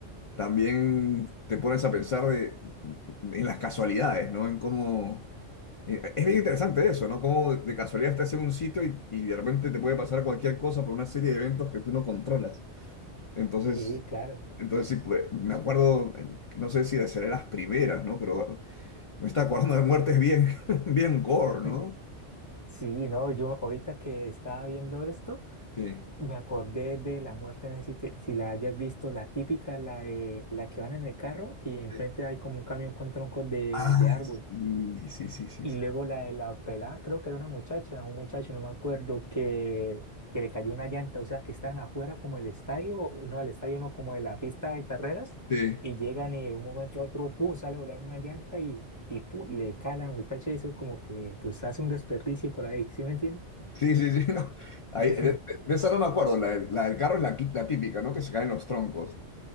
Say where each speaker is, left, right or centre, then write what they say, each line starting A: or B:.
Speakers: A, on the left; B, on the left.
A: también te pones a pensar de, en las casualidades, ¿no? En cómo, eh, es bien interesante eso, ¿no? Cómo de casualidad estás en un sitio y, y de repente te puede pasar cualquier cosa por una serie de eventos que tú no controlas. Entonces...
B: Sí, claro.
A: Entonces, sí, pues, me acuerdo, en- no sé si de ser las primeras, ¿no? Pero me está acordando de muertes bien, <laughs> bien gore,
B: <laughs>
A: ¿no?
B: Sí, no, yo ahorita que estaba viendo esto,
A: Sí.
B: me acordé de la muerte, no sé si, te- si la hayas visto, la típica, la, de- la que van en el carro y enfrente
A: Sí.
B: hay como un camión con troncos de,
A: Ah,
B: de árbol.
A: sí, sí, sí, sí,
B: Y
A: sí.
B: luego la de la pelada, creo que era una muchacha, un muchacho, no me acuerdo, que, que le cayó una llanta, o sea, que estaban afuera como el estadio, no, el estadio no, como de la pista de carreras,
A: Sí,
B: y llegan y de un momento a otro, pum, sale volando una llanta y, y pum, le cala a la muchacha, y eso como que pues hace un desperdicio por ahí, ¿sí me entiendes?
A: sí, sí, sí, <laughs> no. Ahí,
B: <laughs>
A: de, de- de esa no me acuerdo. La, del la del carro es la, qui- la típica, ¿no? Que se caen los troncos.